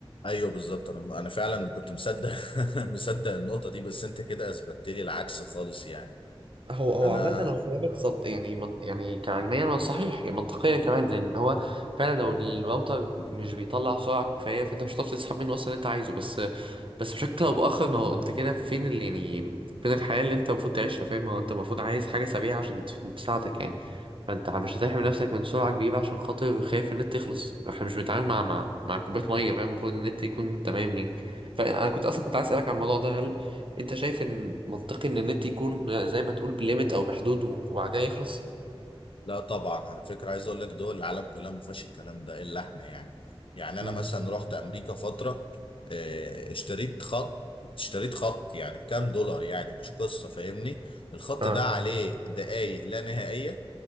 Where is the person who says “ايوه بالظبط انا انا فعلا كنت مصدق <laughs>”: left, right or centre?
Left